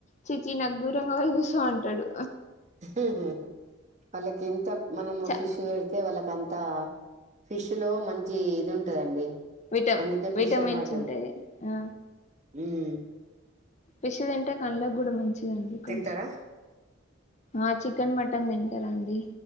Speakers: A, on the left; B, on the right.
A: ఛీఛీ నాకు దూరంగా పోయి కూస్సొఅంటాడు
B: హుహువాళ్ళకి ఎంత మనము
A: చ
B: ఫిష్ అంతే వాల్లకంత ఫిష్ ఇటిలో మంచి ఇది ఉంటదండి
A: విట
B: అందుకే ఫిష్
A: విటమిన్స్
B: అలవాటు
A: ఉంటాయి ఆ
B: మ్
A: ఫిష్ తించె కళ్ళకి కూడా మంచిదండి
B: తింటారా
A: కొంచెం ఆ చికెన్ మటన్ తింటార అండి